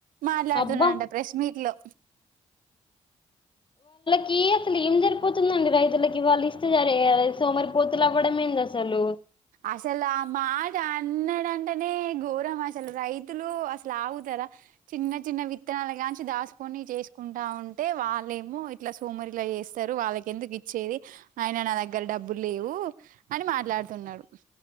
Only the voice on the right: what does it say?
మాట్లాడుతున్నారంట
ప్రెస్ మీట్ లో.
అసల్ ఆ మాట అన్నడంటనే ఘోరం అసలు రైతులూ అసలు ఆగుత ర చిన్న చిన్న విత్తనాల గాంచి దాసుకొని చేసుకుంటా ఉంట్ టే వాళ్ళేమో ఇట్లా సోమరి ఇట్ల చేస్తరు వాళ్ళకెందుకు ఇచ్చేది. అయిన నా దగ్గర డబ్బులు లేవు. వు అని మాట్లాడుతున్నాడు.